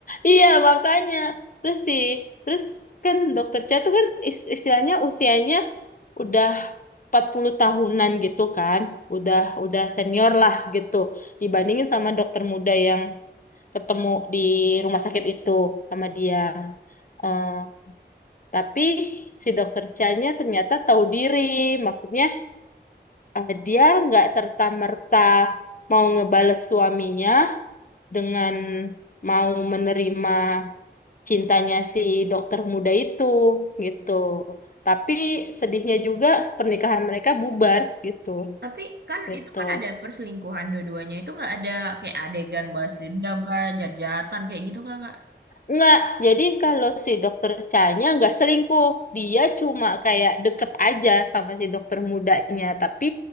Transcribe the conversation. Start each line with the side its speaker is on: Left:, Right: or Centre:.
Left: iya makanya terus sih terus kan dokter Cha tuh kan is- istilahnya usianya udah 40 tahunan gitu kan udah udah senior lah gitu dibandingin sama dokter muda yang ketemu di rumah sakit itu sama dia. Eh, tapi si dokter Chanya ternyata tahu diri, maksudnya eh, dia nggak serta-merta mau ngebales suaminya dengan mau menerima cintanya si dokter muda itu gitu. Tapi sedihnya juga pernikahan mereka bubar gitu.
Right: Tapi kan
Left: Gitu.
Right: itu kan ada perselingkuhan dua-duanya. Itu nggak ada kayak adegan balas dendam kak, jat-jatan kayak gitu kak, Kak.
Left: Enggak, jadi kalau si dokter Chanya enggak selingkuh. Dia cuma kayak deket aja sama si dokter mudanya. Tapi